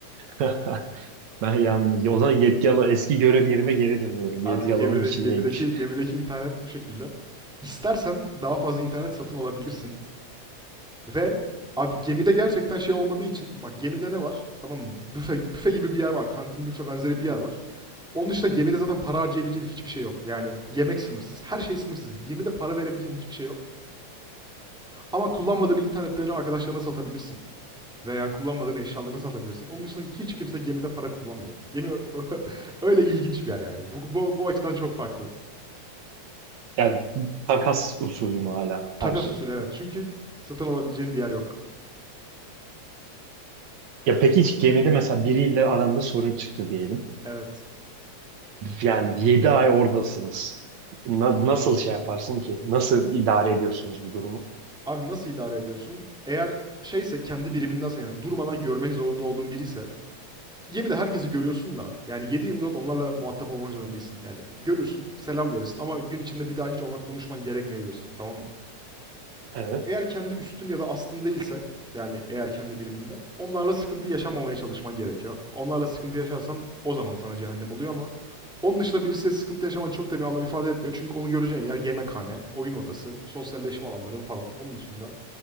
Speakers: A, on the right; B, in the centre.
A: <laughs> Ben yalnız. O zaman yetki alan, eski görev yerime geri dönüyorum.
B: Abi
A: Yetki
B: gemide
A: alanım içindeymiş.
B: gemideki gemideki internet bu şekilde. İstersen daha fazla internet satın alabilirsin. Ve abi gemide gerçekten şey olmadığı için bak gemide ne var? Tamam mı? büfe büfe gibi bir yer var. Kantin büfe benzeri bir yer var. Onun dışında gemide zaten para harcayabileceğin hiçbir şey yok. Yani yemek sınırsız, her şey sınırsız. Gemide para verebileceğin hiçbir şey yok. Ama kullanmadığın internetlerini arkadaşlarına satabilirsin. Veya kullanmadığın eşyalarını satabilirsin. Onun dışında hiç kimse gemide para kullanmıyor. Gemi <laughs> öyle ilginç bir yer yani. Bu, bu, bu açıdan çok farklı.
A: Yani takas usulüm hala
B: Takas
A: her şey.
B: usulü evet. Çünkü satın alabileceğin bir yer yok.
A: Ya peki hiç gemide mesela biriyle aranda sorun çıktı diyelim.
B: Evet.
A: Yani 7 ay oradasınız. Na- nasıl şey yaparsın ki? Nasıl idare ediyorsunuz bu durumu?
B: Abi nasıl idare ediyorsun? Eğer şeyse kendi birimindense yani durmadan görmek zorunda olduğun biriyse gemide herkesi görüyorsun da yani 7-24 onlarla muhatap olmak zorunda değilsin. Yani görürsün, selam verirsin ama gün içinde bir daha hiç onunla konuşman gerekmeyebilir. Tamam mı?
A: Evet.
B: Eğer kendi üstün ya da astın değilse yani eğer kendi biriminde onlarla sıkıntı yaşamamaya çalışman gerekiyor. Onlarla sıkıntı yaşarsan o zaman sana cehennem oluyor ama onun dışında birisiyle sıkıntı yaşaman çok da bir anlam ifade etmiyor. Çünkü onu göreceğin yer yemekhane, oyun odası, sosyalleşme alanların falan. Onun dışında